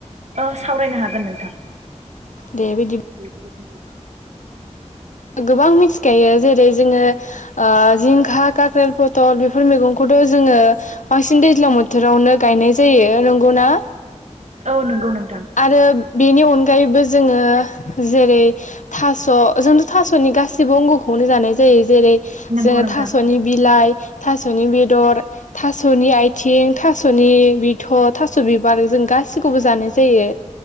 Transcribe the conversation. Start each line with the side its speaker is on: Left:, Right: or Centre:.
Right: ओ सावरायनो हागोन नोंथां
Left: दे बिदि
Right: <unintelligible>
Left: गोबां मिथिखायो जेरै जोङो जिंखा काख्रेल पथल बेफोर मैगंखौथ' जोङो बांसिन दैज्लां बोथोरावनो गायनाय जायो नंगौना
Right: औ नंगौ नों
Left: आरो बेनि अनगायैबो जोङो जेरै थास' जोंथ' थास'नि गाससिबो अंग'खौनो जानाय जायो जेरै
Right: नंगौ
Left: जोङ
Right: नोंथां
Left: थास'नि बिलाइ थास'नि बेद दर थास'नि आथिं थास'नि बिथ' थास' बिबार जों गासिखौबो जानाय जा जायो